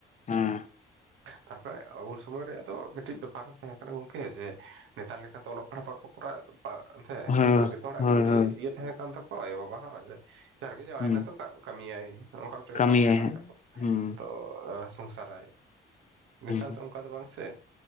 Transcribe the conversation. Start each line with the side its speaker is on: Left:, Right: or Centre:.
Left: ᱦᱮᱸ
Right: ᱛᱟᱨᱯᱚᱨᱮ ᱩᱱ ᱥᱚᱢᱚᱭ ᱨᱮᱭᱟᱜ ᱫᱚ ᱢᱤᱫᱴᱤᱡ ᱵᱮᱯ ᱯᱟᱨᱠ ᱦᱚᱸ ᱛᱟᱦᱮᱸ ᱠᱟᱱᱟ ᱜᱚᱝᱠᱮ ᱡᱮ ᱱᱮᱛᱟᱨ ᱞᱮᱠᱟᱛᱚ ᱚᱞᱚᱜ ᱯᱟᱲᱦᱟᱜ ᱵᱟᱠᱚ ᱠᱚᱨᱟᱣ ᱵᱟ ᱮᱱᱛᱮ ᱦᱮᱸ
Left: ᱦᱳᱭ
Right: ᱛᱚ ᱡᱚᱛᱚ ᱦᱚᱲᱟᱜ
Left: ᱦᱳᱭ
Right: ᱜᱮ ᱢᱤᱫᱴᱮᱱ
Left: ᱦᱳᱭ
Right: ᱤᱭᱟᱹ ᱛᱟᱦᱮᱸ ᱠᱟᱱ ᱛᱟᱠᱚᱣᱟ ᱟᱭᱳᱵᱟᱵᱟ ᱦᱚᱸ ᱡᱮ ᱡᱟᱨᱜᱮ ᱡᱟᱶᱟᱭᱮᱱᱟ
Left: ᱦᱩᱸ
Right: ᱛᱚ ᱠᱟᱹᱢᱤᱭᱟᱭ ᱚᱱᱠᱟ ᱢᱤᱫᱴᱮᱱ
Left: ᱠᱟᱹᱢᱤᱭᱟᱭ
Right: ᱵᱮᱯᱟᱨ ᱛᱟᱦᱮᱸ
Left: ᱦᱟᱸᱜ
Right: ᱠᱟᱱ ᱛᱟᱠᱚᱣᱟ
Left: ᱦᱩᱸ
Right: ᱛᱚ ᱥᱚᱝᱥᱟᱨᱟᱭ, ᱱᱮᱛᱟᱨ
Left: ᱦᱩᱸ
Right: ᱫᱚ ᱚᱱᱠᱟ ᱫᱚ ᱵᱟᱝ ᱥᱮ